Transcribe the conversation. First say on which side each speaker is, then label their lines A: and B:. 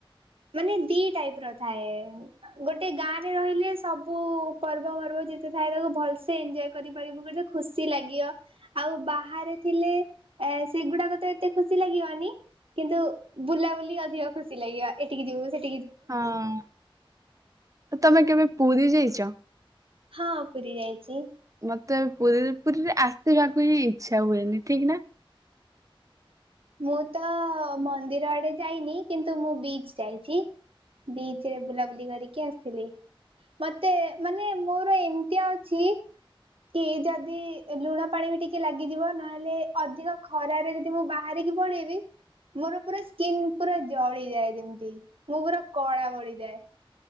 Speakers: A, on the right (about 75°); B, on the right (about 35°).
A: ମାନେ ଦି ଟାଇପ୍ର ଥାଏ। ଗୋଟେ ଗାଁରେ ରହିଲେ ସବୁ ପର୍ବ ଫର୍ବ ଯେତେ ଥାଏ ତାକୁ ଭଲସେ ଏଞୟ କରିପାରିବୁ କି ଖୁସି ଲାଗିବ। ଆଉ ବାହାରେ ଥିଲେ ଏ ସେଗୁଡ଼ାକତ ଏତେଖୁସି ଲାଗିବନି କିନ୍ତୁ ବୁଲାବୁଲି ଅଧିକ ଖୁସି ଲାଗିବ ଏଠିକି ଯିବୁ ସେଠି
B: ହଁ, ତମେ କେବେ ପୁରୀ ଯାଇଚ?
A: ହଁ, ପୁରୀ ଯାଇଚି।
B: ମତେ ପୁରୀ ପୁରୀରେ ଆସିବାକୁହିଁ ଇଚ୍ଛା ହୁଏନି ଠିକ୍ ନା?
A: ମୁଁ ତ ମନ୍ଦିର ଆଡ଼େ ଯାଇନି କିନ୍ତୁ ମୁଁ ବିଚ୍ ଯାଇଚି ବିଚିରେ ବୁଲାବୁଲି କରିକି ଆସିଥିଲି। ମତେ ମାନେ ମୋର ଏମିତିଆ ଅଛି କି ଯଦି ଲୁଣ ପାଣିବି ଟିକେ ଲାଗିଯିବ ନହେଲେ ଅଧିକ ଖରାରେ ଯଦି ମୁଁ ବା ବାହାରିକି ପଳେଇବି ମୋର ପୁରା ସ୍କିିନ୍ ପୁରା ଜଳିଯାଏ ଯେମିତି ମୁଁ ପୁରା କଳା ବଢ଼ିଯାଏ।